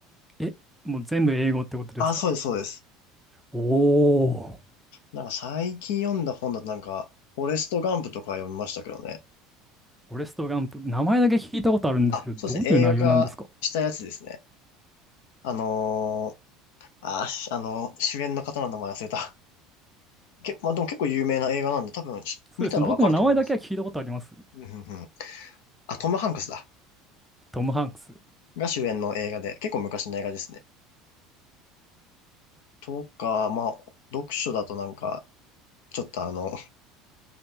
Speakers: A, in the centre; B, on the left.
A: え、もう全部英語ってことですか
B: あ、そうです、そうです。
A: おー。
B: なんか最近読んだ本だとなんか、フォレスト・ガンプとか読みましたけどね。
A: フォレスト・ガンプ。名前だけ聞いたことあるんですけど、
B: あ、そうですね、
A: どういう内容なんですか
B: 映画化したやつですね。あのー、あ、しあの主演の方の名前忘れた。け、まあ、でも結構有名な映画なんで、多分し見たらわかると思いますよ。
A: そうですね。僕も名前だけは聞いたことあります。
B: うんうんうんあ、トム・ハンクスだ。
A: トム・ハンクス。う
B: が主演の映画で、結構昔の映画ですね。とか、まあ、読書だとなんか、ちょっとあの、